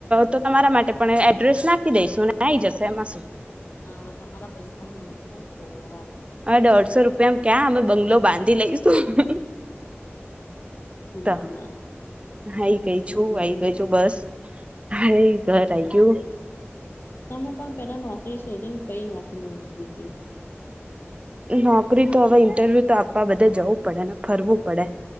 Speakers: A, on the right (about 25°); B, on the left (about 55°).
A: તો તમારા માટે પણ એડ્રેસ નાખી દઈશું અને આ આવી જશે એમાં શું.
B: વે તમારા પૈસા. ઓ.
A: હ દોઢસો રૂપિયામાં ક્યાં અમે બંગલો બાંધી લઈશું.
B: ના
A: તો
B: ના ના
A: આઈ ગઈ છું
B: હ બરો.
A: આઈ ગઈ છું બસ હા ઘર આઈ ગયું
B: તમે પણ પેલા નો. નોકરી શોધીને પ નોકરી મૂકવી હતી.
A: નોકરી તો હવે ઇન્ટરવ્યુ તો આપવા બધે જવું પડે ને ફરવું પડે.